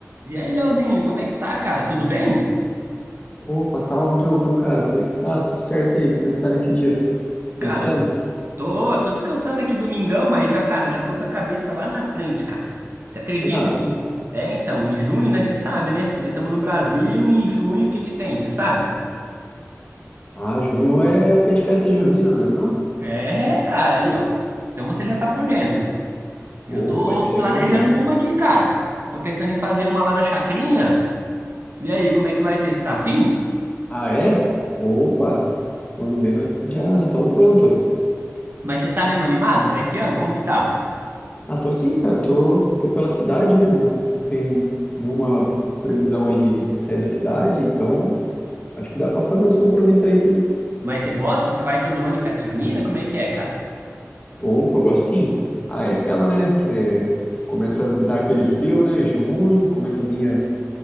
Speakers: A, on the right (about 45°); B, on the left (about 25°).
A: E aí, Leozinho, como é que tá, cara? Tudo bem?
B: Opa, salve Diogo, meu cara, como é que tá? Tudo certo e aí? Como é que tá nesse dia? Descansando?
A: Cara, tô, tô descansando aqui domingão, mas já, cara, já tô com a cabeça lá na frente, cara. Você acredita
B: É nada.
A: que... É, então, em junho, né? Você sabe, né? Nós estamos no Brasil e em junho o que que tem, você sabe?
B: Ah, junho é época de festa junina, não é não?
A: É, cara, aí, ó. Então você já tá por dentro. Eu
B: Opa,
A: tô
B: isso aí
A: planejando
B: é bom demais.
A: uma aqui, cara. Tô pensando em fazer uma lá na Chacrinha. E aí, como é que vai ser? Você tá afim?
B: Ah, é? Opa, quando vê, nós já já estamos pronto.
A: Mas você tá mesmo animado pra esse ano? Como que tá?
B: Ah, tô sim, cara, tô, tô pela cidade, né? Não, não tem nu- nenhuma previsão aí de, de sair da cidade, então acho que dá pra fazer uns compromissos aí sim.
A: Mas você gosta? Você vai todo ano em festa junina? Como é que é, cara?
B: Opa, eu gosto sim. Ah, é aquela, né? Que é- começa a dar aquele frio, né? Junho, começa a vir